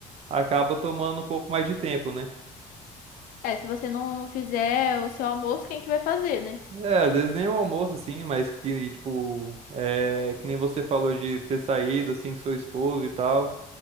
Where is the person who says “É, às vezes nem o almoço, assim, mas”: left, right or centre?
Right